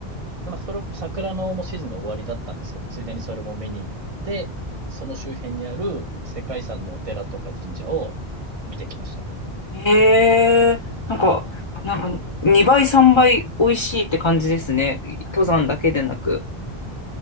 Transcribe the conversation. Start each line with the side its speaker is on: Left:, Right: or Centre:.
Right: でまあ、それ、桜のもうシーズンが終わりだったんですけど、ついでにそれも見に行って、その周辺にある世界遺産のお寺とか神社を見てきました。
Left: い。えー、なんか、なんか、2倍、3倍美味しいって感じですね。登山だけでなく。